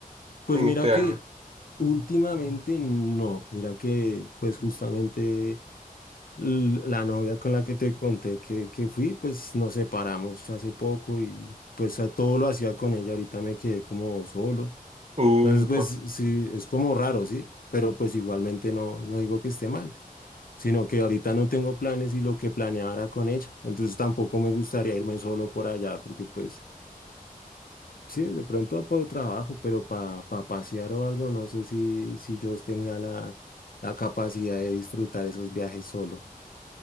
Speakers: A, on the left; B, on the right.
A: Pues
B: en
A: mira
B: este
A: que
B: año?
A: últimamente no, mira que pues justamente... L- La novia con la que te conté que, que fui, pues nos separamos hace poco y pues a- todo lo hacía con ella, ahorita me quedé como solo.
B: Upa,
A: Entonces, pues sí, es como raro, ¿sí? Pero pues igualmente no, no digo que esté mal, sino que ahorita no tengo planes y lo que planeaba era con ella. Entonces tampoco me gustaría irme solo por allá, porque pues sí, de pronto por trabajo, pero para pasear o algo, no sé si, si yo tenga la, la capacidad de disfrutar esos viajes solo.